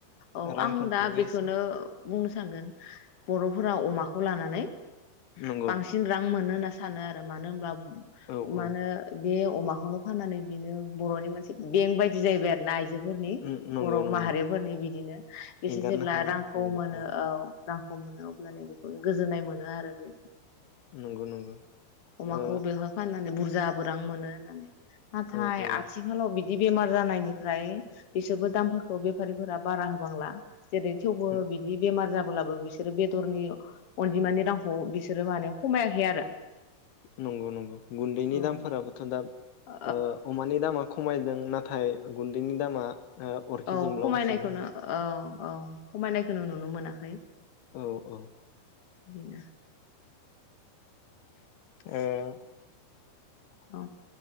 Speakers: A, on the left; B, on the left.
A: औ आं
B: रांफोरखौबो
A: दा बेखौनो
B: एसे
A: बुंनो सानगोन बर'फोरा अमाखौ लानानै
B: नंगौ
A: बांसिन रां मोनो होनना सानो आरो मानो होनब्ला
B: औ
A: मानो
B: औ
A: बे अमाखौनो फाननानै बिनो बरनि मोनसे बेंक बायदि जाहैबाय आरो ना आइजो, फोरनि
B: उम नंगौ
A: बर'
B: नंगौ
A: माहारिफोरनि बिदिनो बिसोर
B: एंगारनो
A: जेब्ला
B: हायोमोन
A: रांखौ
B: जोङो
A: मोनो
B: औ
A: औ रांखौ मोनो अब्लानो बेखौनो गोजोननाय मोनो आरो बे
B: नंगौ नंगौ
A: अमाखौ
B: ओ
A: बेयाव फानना बुरजाबो रां मोनो होननानै नाथाय
B: औ औ
A: आथिखालाव बिद बिदि बेमार जानायनिफ्राय बिसोरबो दामफोरखौ बेफारिफोरा बारा होबांला, जेरै थेवबो
B: उम,
A: बिदि बेमार जाब अब्लाबो बिसोरो बेदरनि अनजिमानि रांखौ बिसोरो माने खमायाखै आरो
B: नंगौ नंगौ गुन्दैनि
A: औ
B: दामफोराबोथ' दा
A: औ
B: ओ अमानि दामा खमायदों नाथाय गुन्दैनि दामा, ओ अरखि
A: औ
B: जोंब्लावगासिनो
A: खमायनायखौनो
B: होनो
A: औ औ खमायनायखौनो नुनो नुनो मोनाखै
B: औ औ ओ
A: <unintelligible>
B: ओं
A: औ